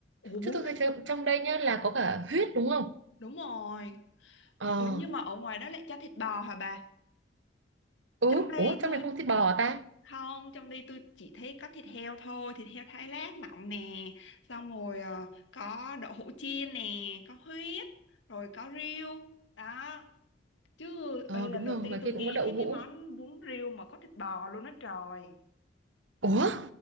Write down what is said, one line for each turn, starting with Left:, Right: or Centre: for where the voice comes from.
Left: Ủa bún
Right: chứ tôi thấy trong trong đây nhá là có cả huyết đúng không
Left: đúng rồi.
Right: ờ
Left: Ủa nhưng mà ở ngoài đó lại cho thịt bò hả bà?
Right: ừ
Left: Trong đây
Right: ủa trong
Left: tôi
Right: này không có thịt bò ta
Left: không trong đi tôi chỉ thấy có thịt heo thôi thịt heo thái lát mỏng nè xong rồi ờ, có đậu hũ chiên nè có huyết rồi có riêu đó chứ
Right: ờ
Left: ê, lần
Right: đúng
Left: đầu
Right: rồi ngoài
Left: tiên tôi
Right: kia
Left: nghe
Right: cũng có đậu
Left: thấy
Right: hũ
Left: cái món bún riêu mà có thịt bò luôn đó trời
Right: Ủa?